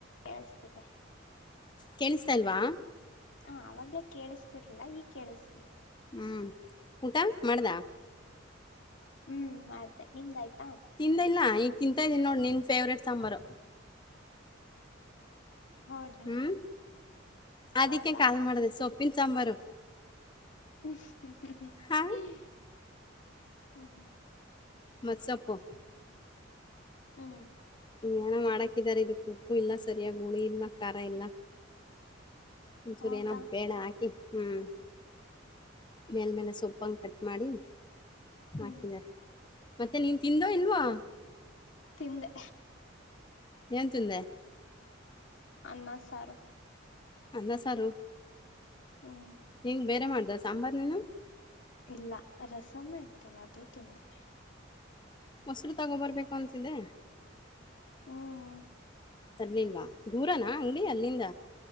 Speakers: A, on the left (about 70°); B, on the left (about 25°).
A: ಕೇಳಸ್ತಿದೆ
B: ಕೇಳಸ್ತಿಲ್ವ
A: ಹಾ ಅವಾಗ್ಲೇ ಕೇಳಿಸ್ತಿರ್ಲಾ ಈ ಕೇಳಿಸುತ್ತಿದೆ
B: ಹ್ಮ್ ಊಟ ಮಾಡ್ದಾ
A: ಹ್ಮ್ ಮಾಡ್್ದ ನಿಮ್ದಾಯ್ತು
B: ತಿಂದ ಇಲ್ಲ ಈ ತಿಂತ್ದನು ನೋಡಿ ನಿನ್ನ ಫೇವ್ರೇಟ್ ಸಾಂಬಾರು
A: ಹೌದಾ
B: ಹ್ಮ್ ಅದಕ್ಕೆ
A: ಹೌದಾ
B: ಕಾಲ್ ಮಾಡಿದೆ ಸೊಪ್ಪು ಸಾಂಬಾರು
A: ಹ್ಮ್
B: ಹಾ ಮಸಪ್ಪು
A: ಹ್ಮ್ ಹ್ಮ್
B: ಏನ ಮಾಡಕಿದಿದ್ದಾರೆ ಇದ ಉಪ್ಪು ಇಲ್ಲ ಸರಿಯಾಗಿ ಗುಳಿ ಇಲ್ಲ ಖಾರ ಇಲ್ಲ ಒಂಚೂರಿ
A: ಹೌದಾ
B: ಏನ ಬೇಡ ಹಾಕಿ ಹ್ಮ್ ಮೇಲ್ ಮೇಲೆ ಸೊಪ್ಪಂಗ ಕಟ್ಟ ಮಾಡಿ
A: ಹ್ಮ್
B: ಹಾಕಿದಿದ್ದಾರೆ ಮತ್ತೆ ನೀನ್ ತಿಂದೋ ಇಲ್ವಾ
A: ತಿಂದೆ
B: ಏನ್ಂತಿಂದೆ
A: ಅನ್ನ ಸಾರು
B: ಅನ್ನ ಸಾರು
A: ಹ್ಮ್
B: ಹಂಗ ಬೇರೆ ಮಾಡ್ದ ಸಾಂಬಾರ್ ನೀನು
A: ಇಲ್ಲ ರಸಮ್ಮ ಆಯತಲ್ಲ ಅದೇ ತಿಂದೆ
B: ಮೊಸರು ತಗೋಬರ್ಬೇಕು ಅಂತಿದ್ದೆ
A: ಹ್ಮ್
B: ತರ್ಲಿಲ್ಲವಾ ದೂರನಾ ಅಂಗಡಿ ಅಲ್ಲಿಂದ